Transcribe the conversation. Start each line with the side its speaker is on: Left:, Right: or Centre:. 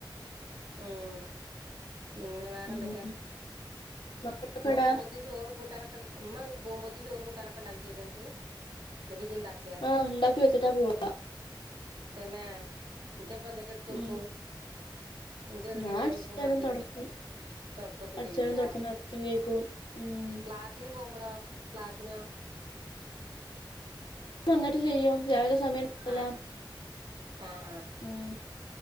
Right: ഉം പിന്നെ വേറെന്തൊക്കെ
Left: ഉം മക്കളൊക്കെ
Right: ഉമ്മ
Left: എവിടെ
Right: പോവമ്പത്തും ചോറും കൂട്ടാനൊക്കെ ഉണ്ടാ ഉമ്മ പോവമ്പത്തും ചോറും കൂട്ടാനൊക്കെ ഉണ്ടാക്കി തരും നിനക്ക് ജിണ്ടാകുക
Left: ആഹ് ഇണ്ടാക്കി വെച്ചിട്ടാ പോവാ
Right: തന്നെ ഇജ്ജ് ഇപ്പന്തൊക്കെ എടുത്ത് കൊടുക്കും
Left: ഉം
Right: ജെന്തൊക്കെ
Left: ഞാൻ
Right: ചെയ്തു
Left: അടിച്ചുവാരും
Right: കൊടുക്കുമമാക്ക്
Left: തൊടക്കും
Right: തൊടക്കൊക്കെ
Left: അടിച്ചുവാരും
Right: ചെയ്തുല്ലേ
Left: തൊടക്കും പാത്രം കഴുകും ഉം
Right: ക്ലാസിന് പോകുമ്പോളോ ക്ലാസിനോ
Left: വന്നിട്ട് ചെയ്യും രാവിലെ സമയം ഉണ്ടാവില്ല
Right: ആഹ് ആഹ് ആഹ് ആഹ്
Left: ഉം